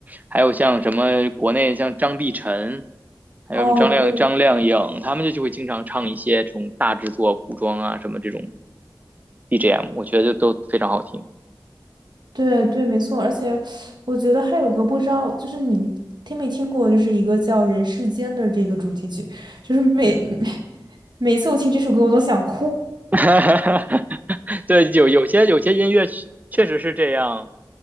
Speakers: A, on the right; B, on the right.
A: 还有像什么国内像张碧晨，还有什么张靓、
B: 哦，对
A: 张靓颖，他们就就会经常唱一些这种大制作、古装啊什么这种 BGM，我觉得就都非常好听。
B: 对对，没错，而且我觉得还有一个不知道，就是你听没听过，就是一个叫《人世间》的这个主题曲，就是每每
A: 嗯，
B: 每次我听这首歌我都想哭。
A: <laughs> 对，有有些有些音乐确确实是这样。